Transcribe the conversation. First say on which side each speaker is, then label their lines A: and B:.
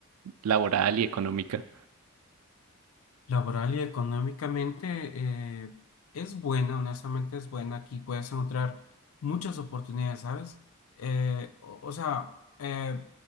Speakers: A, on the right; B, on the left.
A: laboral y económica.
B: Laboral y económicamente eh, es buena, honestamente es buena. Aquí puedes encontrar muchas oportunidades, ¿sabes? Eh, o, o sea, eh,